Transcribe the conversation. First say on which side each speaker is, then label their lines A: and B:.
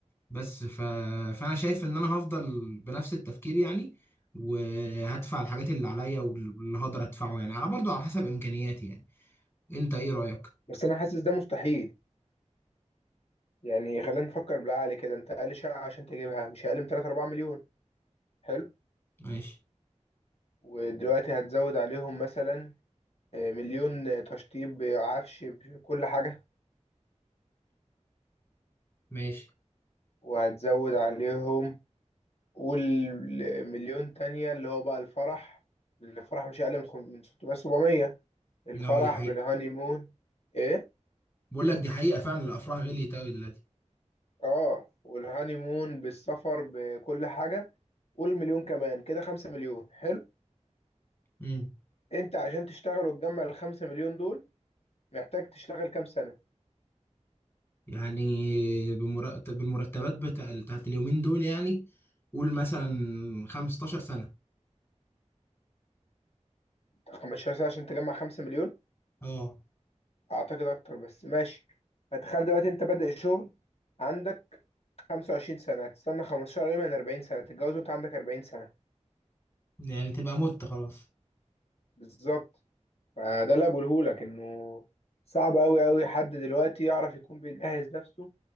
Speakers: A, on the left; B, on the left.
A: بس ف... فأنا شايف إن أنا هفضل بنفس التفكير يعني وهدفع الحاجات اللي عليا واللي هقدر أدفعه يعني على برضه على حسب إمكانياتي يعني أنت إيه رأيك؟
B: بس انا حاسس ده مستحيل يعني خلينا نفكر بالعقل كده انت اقل شقة عشان تجيبها مش اقل من 3 4 مليون حلو
A: ماشي
B: ودلوقتي هتزود عليهم مثلا آه، مليون آه، تشطيب بعفش بكل حاجة
A: ماشي
B: وهتزود عليهم قول مليون تانية اللي هو بقى الفرح الفرح مش اقل من خم- من 600 700 الفرح
A: لا دي حقيقة
B: بالهاني مون ايه
A: بقول لك دي حقيقة فعلا الأفراح غليت أوي دلوقتي
B: اه والهاني مون بالسفر بكل حاجة قول مليون كمان كده 5 مليون حلو
A: امم
B: انت عشان تشتغل وتجمع ال 5 مليون دول محتاج تشتغل كام سنة
A: يعني بمرتب المرتبات بتاع بتاعت اليومين دول يعني قول مثلا 15 سنة
B: 15 سنة عشان تجمع 5 مليون
A: اه
B: أعتقد أكتر بس ماشي فتخيل دلوقتي أنت بادئ شغل عندك 25 سنة هتستنى 15 قريب من 40 سنة تتجوز وأنت عندك 40 سنة
A: يعني تبقى مت خلاص
B: بالظبط فده اللي بقولهولك إنه صعب أوي أوي حد دلوقتي يعرف يكون بيجهز نفسه